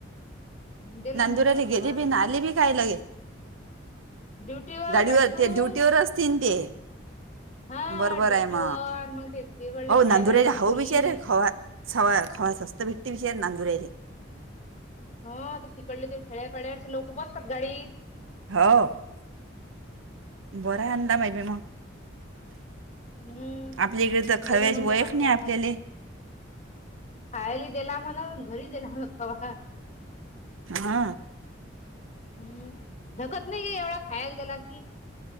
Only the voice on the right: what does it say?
नंदुरारी
गेली बी नाही आली बी काय लगे?
गाडीवर
ते ड्युटी वर असतीन ते.
बरोबर
आहे म
अहो
नांदूरच्या हाऊ
बिचाऱ्या खावा सवा खवा सस्ते भेटते विचा नांदुऱ्या चे.
हाँ बरं आहे अंदा माई बी म.
आपल्या इकडे तर खव्याचे
वळख
नाही आपल्याले.
हा.